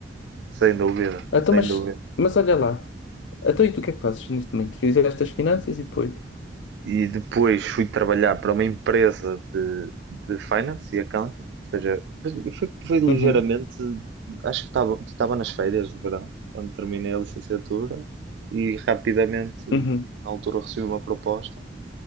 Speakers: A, on the right (about 65°); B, on the left (about 80°).
A: sem dúvida,
B: Ah,
A: sem
B: Então, mas,
A: dúvida.
B: mas olha lá. Então, e tu o que é que fazes neste momento? Fizeste as finanças e depois?
A: E depois fui trabalhar para uma empresa de, de finance e accounting, ou seja, foi, foi ligeiramente,
B: Uhum,
A: acho que estava, estava nas férias de verão, quando terminei a licenciatura, e rapidamente,
B: uhum,
A: na altura, recebi uma proposta